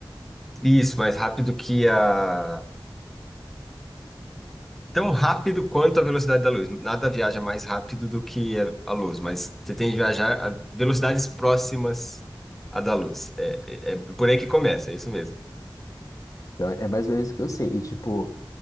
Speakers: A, in the centre; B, on the left.
A: Isso, mais rápido que a tão rápido quanto a velocidade da luz. Nada viaja mais rápido do que a a luz, mas você tem que viajar a velocidades próximas à da luz. É, é, é por aí que começa, é isso mesmo.
B: Então é mais ou menos o que eu sei. E, tipo,